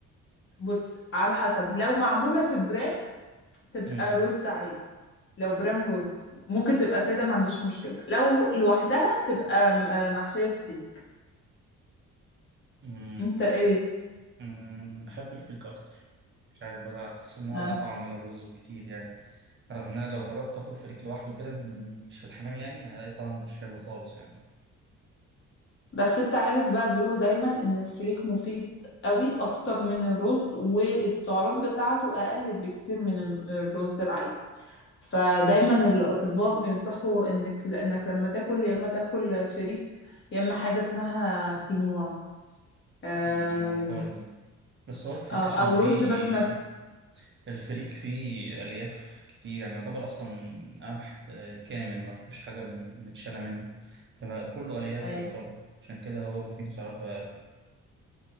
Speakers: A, on the left; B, on the right.
A: بص على حسب لو معموله في برام تبقى
B: مم.
A: رز عادي لو برام رز ممكن تبقى ساده ما عنديش مشكله لو لوحدها تبقى م- آه، محشيه فري
B: مم.
A: انت ايه
B: أمم، بحب الفريك أكتر مش عارف بحس إن هو
A: آه.
B: أطعم من الرز بكتير يعني رغم إن أنا لو جربت آكل فريك لوحده كده من- مش في الحمام يعني هلاقي طعمه مش حلو خالص يعني
A: بس انت عارف بقى بيقولوا دايما ان الفريك مفيد قوي اكتر من الرز والسعرات بتاعته اقل بكتير من ال- الرز العادي فدايما الاطباء بينصحوا انك لانك لما تاكل يا اما تاكل فريك يا اما حاجه اسمها كينوا أم-
B: أمم، معرفهاش دي بس هو الفريك
A: او
B: عشان
A: أو
B: فيه
A: رز بسمتي
B: الفريك فيه ألياف كتير يعني يعتبر أصلا قمح آه، كامل ما فيهوش حاجة م- متشالة منه فكله ألياف
A: ايوه
B: يعتبر عشان كده هو مفيد سعراته أقل